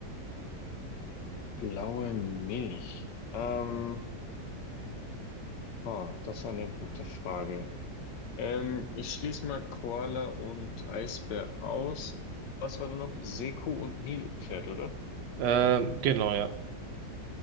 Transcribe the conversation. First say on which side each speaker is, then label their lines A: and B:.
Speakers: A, on the left (about 80°); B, on the right (about 75°).
A: Blaue Milch. Ähm, oh, das ist eine gute Frage. Ähm, ich schließe mal Koala und Eisbär aus. Was war da noch? Seekuh und Nilpferd, oder?
B: Ähm, genau, ja.